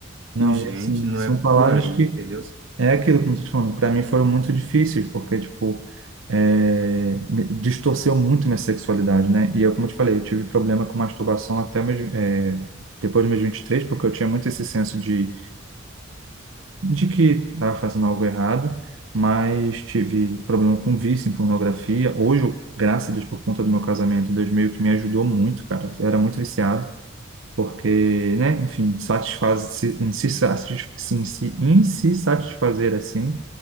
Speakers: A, on the right; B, on the right.
A: Não,
B: E o gente,
A: e assim,
B: não
A: são
B: é
A: palavras
B: por aí,
A: que
B: entendeu?
A: é aquilo, como você está falando, para mim foram muito difíceis, porque, tipo, é, me- distorceu muito minha sexualidade, né? E eu, como eu te falei, eu tive problema com masturbação até meus, é, depois dos meus 23 porque eu tinha muito esse senso de, de que estava fazendo algo errado, mas tive problema com vício em pornografia. Hoje, eu, graças a Deus, por conta do meu casamento, Deus meio que me ajudou muito, cara. Eu era muito viciado. porque, né, enfim, satisfaz se- em se, satis- em se, em se satisfazer assim,